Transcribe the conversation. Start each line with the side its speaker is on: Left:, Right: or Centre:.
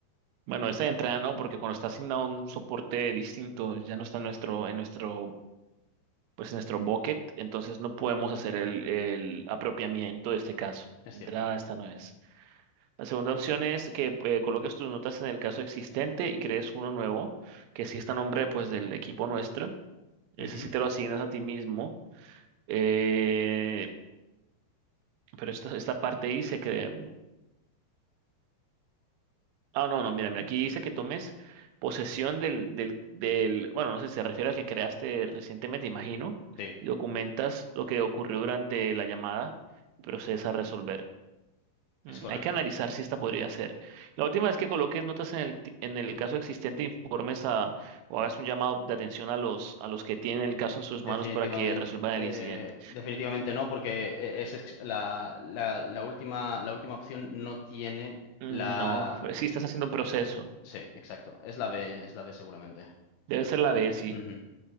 Right: Bueno, esta de entrada no, porque cuando está asignado a un soporte distinto, ya no está en nuestro, en nuestro, pues en nuestro bucket, entonces no podemos hacer el, el apropiamiento de este caso.
Left: Es
Right: De
Left: cierto.
Right: entrada, esta no es. La segunda opción es que eh, coloques tus notas en el caso existente y crees uno nuevo, que sí está a nombre pues del equipo nuestro. Ese
Left: Ujú,
Right: sí te lo asignas a ti mismo. Eh, pero esta, esta parte dice que Ah, no, no, mira, mira, aquí dice que tomes posesión del, del, del, bueno, no sé si se refiere al que creaste recientemente, imagino,
Left: Sí,
Right: y documentas lo que ocurrió durante la llamada y procedes a resolver. Mm,
Left: es correcto.
Right: Hay que analizar si esta podría ser. La última es que coloques notas en el, ti- en el caso existente, informes a, o hagas un llamado de atención a los, a los que tienen el caso en sus
Left: Definitivamente,
Right: manos para que resuelvan el incidente.
Left: definitivamente no, porque eh, es ex- la, la, la última, la última opción no tiene
Right: Mm,
Left: la...
Right: No, pues sí, estás haciendo un proceso.
Left: Sí, exacto. Es la B, es la B seguramente.
Right: Debe
Left: Porque-
Right: ser la B, sí.
Left: ujú.